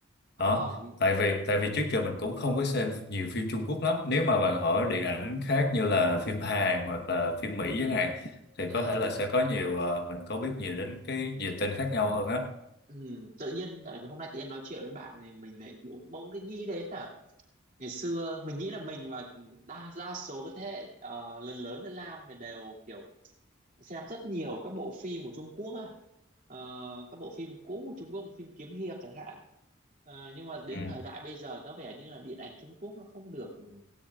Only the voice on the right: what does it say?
à,
ừ,
ừ. Tự nhiên tại vì hôm nay tự nhiên nói chuyện với bạn này mình lại bỗng bỗng cái nghĩ đến là ngày xưa mình nghĩ là mình và đa đa số cái thế hệ ờ, lớn lớn với Lam thì đều kiểu xem rất nhiều các bộ phim của Trung Quốc á Ờ, các bộ phim cũ của Trung Quốc phim kiếm hiệp chẳng hạn Ờ, nhưng mà đến
thời đại bây giờ có vẻ như là điện ảnh Trung Quốc nó không được ừ,